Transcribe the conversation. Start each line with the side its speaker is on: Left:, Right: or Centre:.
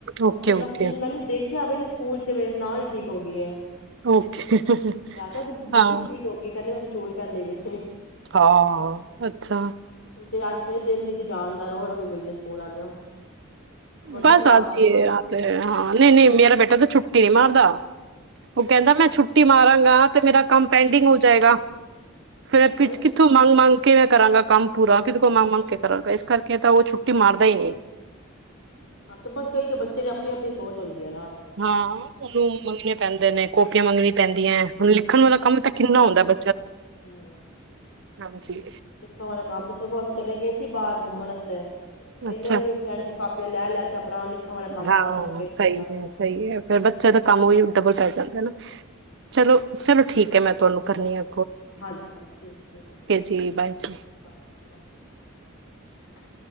Right: ਓਕੇ
Left: ਅ
Right: ਓਕੇ
Left: ਬਸ ਮੈਨ ਮੈਨੂੰ ਦੇਖ ਿਆਵੇ ਨੇ ਸਕੂਲ ਚ ਨਾਲ ਠੀਕ ਹੋ ਗਈ ਆ
Right: ਓਕੇ
Left: ਮੈਂ ਕਿਹਾ
Right: ਹਾਂ
Left: ਵਿਕੁ ਠੀਕ ਹੋ ਗਈ ਕਹਿੰਦੇ ਮੈ ਚੋੜ ਕਰਦੇ ਵੀ ਸੀਂ
Right: ਹਾਂ ਅੱਛਾ
Left: ਤੇ ਅੱਜ ਫੇਰ ਦਿਨ ਨੀ ਸੀ ਜਾਣ ਦਾ ਰੋ ਰੋ ਕੇ ਗਈ ਆ ਸਕੂਲ ਅੱਜ ਵੱਡੀ
Right: ਬਸ
Left: ਕਲਾਸ
Right: ਅਜੀਏ
Left: ਏ ਨਾ
Right: ਆ ਹਾਂ ਨਹੀਂ ਨਹੀਂ ਮੇਰਾ ਬੇਟਾ ਤਾਂ ਛੁੱ ਛੁੱਟੀ ਨਹੀਂੀ ਮਾਰਦਾ ਉਹ ਕਹਿੰਦਾ ਮੈਂ ਛੁੱਟੀ ਮਾਰਾਂਗਾ ਤੇ ਮੇਰਾ ਕੰਮ ਪੈਂਡਿੰਗ ਹੋ ਜਾਏਗਾ ਫੇਿਰਿਰ
Left: ਅੱਛਾ
Right: ਕਿੱਥੋਂ ਮੰਗ ਮੰਗ ਕੇਵੇੈਂ ਕਰਾਂਗਾ ਕੰਮ ਪੂਰਾ ਕਿਤੇ ਕੋ ਮੰ ਮੰਗ ਕੇ ਕਰਾਂਗਾ ਇਸ ਕਰਕੇ ਤਾਂ ਉਹ ਛੁੱਟੀ ਮਾਰਦਾ ਹੀ ਨਹੀਂ
Left: ਅੱਛਾ ਬਸ ਕਈ ਕ ਬੱਚੇ ਦੇ ਆਪਣੀ ਆਪਣੀ ਸੋਚ ਹੁੰਦੀ ਹੈ ਨਾ
Right: ਹਾਂ ਉਹਨੂੰ ਮੰਹੀਨੇ ਪੈਂਦੇ ਨੇ ਕਾਪੀਆਂ ਮ ਮੰਗੀਆਂ ਪੈਂਦੀਆਂ ਹੁਣ ਲਿਖਣ ਵਾਲਾ ਕੰਮ ਤਾਂ ਕਿੰਨਾ ਹੁੰਦਾ ਬ
Left: ਹਮ
Right: ਹਾਂਜੀ
Left: ਦੇਖਣ ਵਾਲਾ ਕੰਮ ਤਾਂ ਸਗੋਂ ਅਸੀਂ ਚਲੇ ਗਏ ਸੀ ਬਾਹਰ ਘੁੰਮਣਸਤੇ
Right: ਅੱਛਾ
Left: ਇੰਨੇ ਵੀ ਸਿਆਣੀ ਕਾਪੀਆਂ ਲੈ ਲੈ ਕੇ ਆਪਣਾ ਲਿਖਣ ਵਾਲਾ ਕੰਮ
Right: ਹਾਂ
Left: ਸਾਰਾ ਕੰਪਲੀਟ
Right: ਸਹੀ
Left: ਕੀਤਾ ਵਾ
Right: ਹੈ ਸਹੀ ਹੈ ਫੇਰ ਬੱਚਿਆਂ ਦਾ ਕੰਮ ਉਹੀ ਡਬਲ ਪੈ ਕਰਦੇ ਨਾ ਚਲੋ ਚਲੋ ਠੀਕ ਹੈ ਮੈਂ ਤੁਹਾਨੂੰ ਕਰਨੀੀਆਂ
Left: ਹਾਂਜੀ ਹਾਂਜੀ ਠੀਕ ਹੈ ਠੀਕ ਹੈ
Right: ਜੀ ਬਾਏ ਜੀ
Left: ਓਕੇ ਬਾਏ ਬਾਏ